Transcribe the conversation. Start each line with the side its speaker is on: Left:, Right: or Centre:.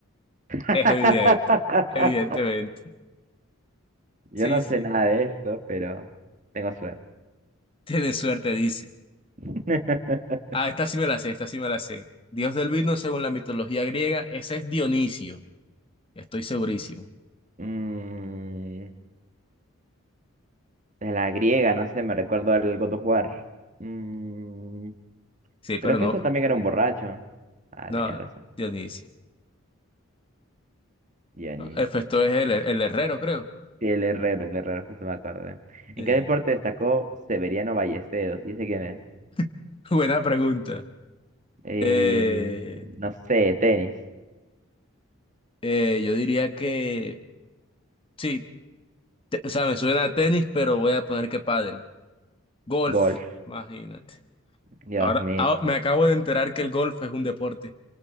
Right: <laughs>
Left: Es evidente, evidentemente.
Right: Yo
Left: Sí,
Right: no
Left: sí.
Right: sé nada de esto, pero tengo suerte.
Left: Tienes suerte, dice.
Right: <laughs>
Left: Ah, esta sí me la sé, esta sí me la sé. Dios del vino según la mitología griega, ese es Dionisio. Estoy segurísimo.
Right: Mm, de la griega, no sé, me recuerdo el God of War. Mm,
Left: Sí, pero
Right: Pero Festo
Left: no,
Right: también era un borracho. Ah,
Left: no,
Right: tenías razón.
Left: Dionisio.
Right: Dionisio.
Left: Ah, Esto es el, el herrero, creo.
Right: Sí, el Herrero, el Herrero, justo me acordé. ¿En
Left: Sí,
Right: qué deporte destacó Severiano Ballesteros? ¿Y ese quién es?
Left: <laughs> buena pregunta.
Right: Eh,
Left: Eh,
Right: no sé, tenis,
Left: eh, yo diría que sí, te- o sea, me suena a tenis, pero voy a poner que pádel. Golf,
Right: golf.
Left: imagínate.
Right: Dios
Left: Ahora,
Right: mío.
Left: ah, me acabo de enterar que el golf es un deporte.